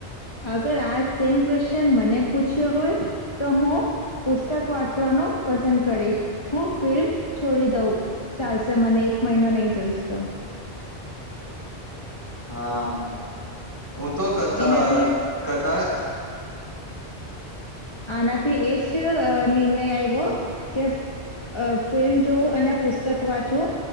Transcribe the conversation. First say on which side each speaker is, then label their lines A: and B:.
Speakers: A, on the left; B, on the right.
A: અગર આ સેમ ક્વેશચન મને પૂછ્યો હોય. તો હું પુસ્તક વાંચવાનું પસંદ કરીશ. હું ફિલ્મ છોડી દઉં ચાલશે. મને એક મહિનો નહી જોઈશ તો
B: હા. હું તો કદા
A: એનાથી
B: કદાચ
A: આનાથી એ જ નિર્ણય આવ્યો કે ફિલ્મ જોવું અને પુસ્તક વાંચવું